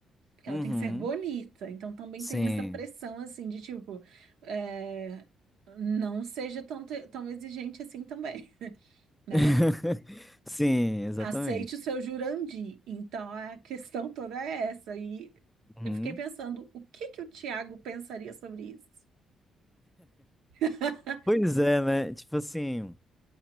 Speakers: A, on the right; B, in the centre.
A: porque
B: uhum,
A: ela tem que ser bonita. Então também
B: Sim.
A: tem essa pressão assim de tipo, é, não seja tão, te- tão exigente assim também, <laughs> né?
B: <laughs> Sim, exatamente.
A: Aceite o seu Jurandi. Então a questão toda é essa. E
B: Uhum.
A: eu fiquei pensando, o que que o Tiago pensaria sobre isso? <laughs>
B: Pois é, né? Tipo assim,